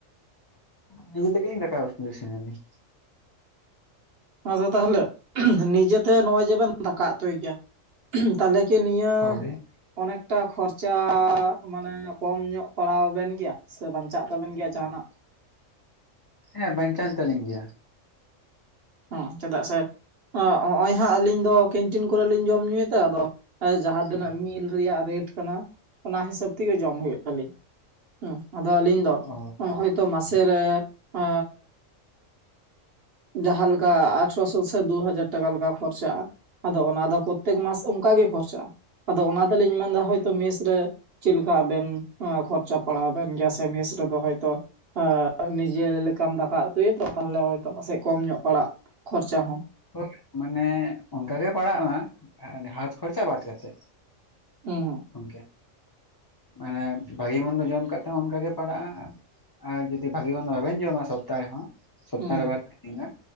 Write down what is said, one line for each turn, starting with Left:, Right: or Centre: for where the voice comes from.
Left: ᱱᱤᱡᱮ ᱛᱮᱜᱮᱞᱤᱧ ᱫᱟᱠᱟ ᱩᱛᱩ ᱤᱥᱤᱱᱟᱞᱤᱧ᱾
Right: ᱟᱫᱚ ᱛᱟᱦᱚᱞᱮ ᱱᱤᱡᱮᱛᱮ ᱱᱚᱜ ᱚᱭ ᱡᱮᱵᱮᱱ ᱫᱟᱠᱟ ᱩᱛᱩᱭ ᱜᱮᱭᱟ ᱛᱟᱦᱚᱞᱮ ᱠᱤ ᱱᱤᱭᱟᱹ
Left: ᱦᱳᱭ
Right: ᱚᱱᱮᱠ ᱮᱠᱴᱟ ᱠᱷᱚᱨᱪᱟ ᱢᱟᱱᱮ ᱠᱚᱢ ᱧᱚᱜ ᱯᱟᱲᱟᱣᱵᱮᱱ ᱜᱮᱭᱟ ᱥᱮ ᱵᱟᱧᱪᱟᱜ ᱛᱟᱵᱮᱱ ᱜᱮᱭᱟ ᱡᱟᱦᱟᱱᱟᱜ?
Left: ᱦᱮᱸ ᱵᱟᱧᱪᱟᱣᱮᱱ ᱛᱟᱹᱞᱤᱧ ᱜᱮᱭᱟ᱾
Right: ᱦᱮᱸ ᱪᱮᱫᱟᱜ ᱥᱮ ᱱᱚᱜᱼᱚᱭ ᱦᱟᱸᱜ ᱟᱞᱤᱧ ᱫᱚ ᱠᱮᱱᱴᱤᱱ ᱠᱚᱨᱮ ᱞᱤᱧ ᱡᱚᱢ ᱧᱩᱭᱟ ᱛᱚ ᱟᱫᱚ ᱡᱟᱦᱟᱸ
Left: ᱦᱳᱭ,
Right: ᱛᱤᱱᱟᱹᱜ ᱢᱤᱞ ᱨᱮᱭᱟᱜ ᱨᱮᱴ ᱠᱟᱱᱟ ᱚᱱᱟ ᱦᱤᱥᱟᱹᱵ ᱛᱮᱜᱮ ᱡᱚᱢ ᱦᱩᱭᱩᱜ ᱛᱟᱞᱤᱧᱟ᱾ ᱦᱮᱸ, ᱟᱫᱚ ᱟᱹᱞᱤᱧ ᱫᱚ
Left: ᱚ
Right: <unintelligible> ᱛᱚ ᱢᱟᱥᱮ ᱨᱮ ᱮ ᱡᱟᱦᱟᱸ ᱞᱮ ᱠᱟ ᱟᱴᱷᱨᱚᱥᱚ ᱥᱮ ᱫᱩ ᱦᱟᱡᱟᱨ ᱴᱟᱠᱟ ᱞᱮᱠᱟ ᱠᱷᱚᱨᱪᱟᱜᱼᱟ᱾ ᱟᱫᱚ ᱚᱱᱟᱫᱚ ᱯᱨᱚᱛᱛᱮᱠ ᱢᱟᱥ ᱚᱱᱠᱟ ᱜᱮ ᱠᱷᱚᱨᱪᱟᱜᱼᱟ ᱟᱫᱚ ᱚᱱᱟ ᱛᱮᱞᱤᱧ ᱢᱮᱱᱫᱟ ᱦᱚᱭᱛᱳ ᱢᱮᱥ ᱨᱮ ᱪᱮᱫ ᱞᱮᱠᱟ ᱟᱵᱮᱱ ᱠᱷᱚᱨᱪᱟ ᱯᱟᱲᱟᱣ ᱟᱵᱮᱱ ᱜᱮᱭᱟ ᱥᱮ ᱢᱮᱥ ᱨᱮᱫᱚ ᱦᱳᱭᱛᱚ ᱚ ᱱᱤᱡᱮ ᱞᱮᱠᱟᱢ ᱫᱟᱠᱟ ᱩᱛᱩᱭᱟᱛᱚ ᱛᱟᱦᱞᱮ ᱦᱚᱭᱛᱚ ᱯᱟᱥᱮᱺ ᱠᱚᱢ ᱧᱚᱜ ᱯᱟᱲᱟᱜ ᱠᱷᱚᱨᱪᱟ ᱦᱚᱸ,
Left: ᱦᱳᱭ ᱢᱟᱱᱮ ᱚᱱᱠᱟ ᱜᱮ ᱯᱟᱲᱟᱜᱼᱟ ᱦᱟᱛ ᱠᱷᱚᱨᱪᱟ ᱵᱟᱫ ᱠᱟᱛᱮᱫ,
Right: ᱦᱩᱸ,
Left: ᱜᱟᱝᱠᱮ, ᱢᱟᱱᱮ ᱵᱷᱟᱜᱤ ᱢᱚᱱᱫᱚ ᱡᱚᱢ ᱠᱟᱛᱮᱫ ᱦᱚᱸ ᱚᱱᱠᱟᱜ ᱜᱮ ᱯᱟᱲᱟᱜᱼᱟ ᱟᱨ ᱡᱩᱫᱤ ᱵᱷᱟᱜᱮ ᱢᱚᱱᱫᱚ ᱵᱟᱵᱮᱱ ᱡᱚᱢᱟ ᱥᱚᱯᱛᱟ ᱨᱮᱦᱚᱸ ᱥᱚᱯᱛᱟᱦᱚᱨᱮ
Right: ᱦᱩᱸ
Left: ᱵᱟᱨ ᱯᱮ ᱫᱤᱱ ᱜᱟᱱ,